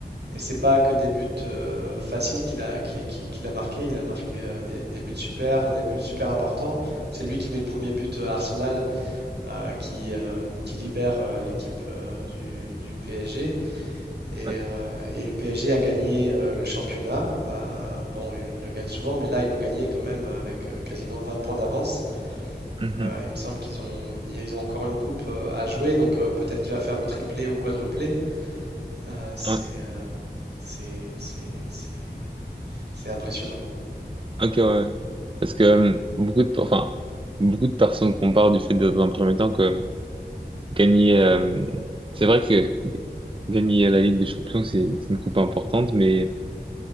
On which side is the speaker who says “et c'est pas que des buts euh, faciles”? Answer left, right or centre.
Right